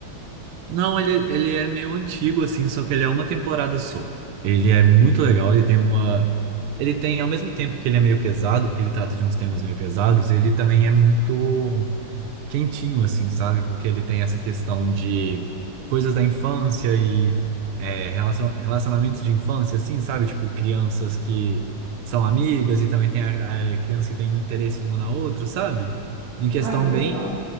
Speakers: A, on the right; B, on the right.
A: Não, ele, ele é meio antigo, assim, só que ele é uma temporada só. Ele é muito legal, ele tem uma. Ele tem, ao mesmo tempo que ele é meio pesado, porque ele trata de uns temas meio pesados, ele também é muito. quentinho, assim, sabe? Porque ele tem essa questão de coisas da infância e é, relacion- relacionamentos de infância, assim, sabe? Tipo, crianças que são amigas e também tem a, a criança que tem interesses uma na outra, sabe? Em questão
B: Ah, que legal.
A: bem